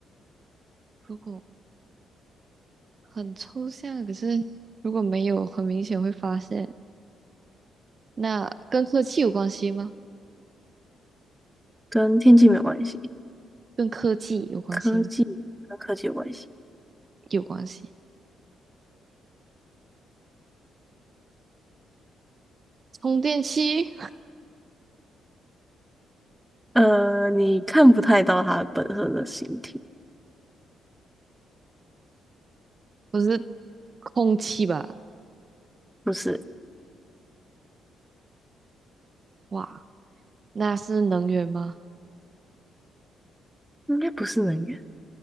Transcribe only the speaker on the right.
如果很抽象，可是如果没有很明显会发现，那跟科技有关系吗？
跟科技有关系吗？
有关系。充电器
不是空气吧？
哇，那是能源吗？